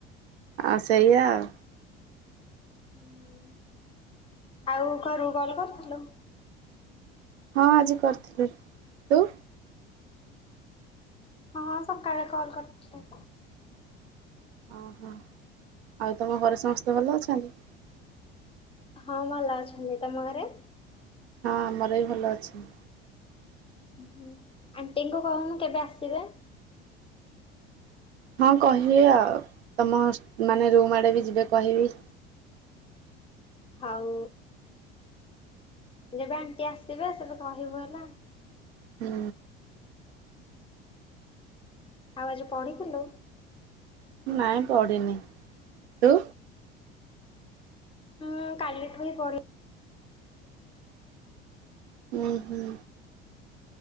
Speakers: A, on the right; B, on the left.
A: ଆଉ ସେଇଆ ଆଉ।
B: ହୁଁ, ଆଉ ଘରୁକୁ କଲ୍ କରିଥିଲ?
A: ହଁ ଆଜି କରିଥିଲି, ତୁ?
B: ହଁ ସକାଳେ କଲ କରିଥିଲି।
A: ଅଁ ହଁ, ଆଉ ତମ ଘରେ ସମସ୍ତେ ଭଲ ଅଛନ୍ତି?
B: ହଁ ଭଲ ଅଛନ୍ତି, ତମ ଘରେ?
A: ହଁ ଆମର ବି ଭଲ ଅଛି।
B: ହୁଁହୁଁ, ଆଣ୍ଟିଙ୍କୁ କହୁନୁ କେବେ ଆସିବେ?
A: ହଁ କହିବି ଆଉ ତମ ମାନେ ରୁମ୍ ଆଡେ ବି ଯିବେ କହିବି।
B: ହଉ। ଯେବେ ଆଣ୍ଟି ଆସିବେ ସେବେ କହିବୁ ହେଲା।
A: ହୁଁ।
B: ଆଉ ଆଜି ପଢିଥିଲୁ?
A: ନାଇଁ ପଢିନି ତୁ?
B: ମୁଁ-ଉଁ-ଉଁ କାଲିଠୁ ହିଁ ପଢି
A: ଉଁ ହୁଁ।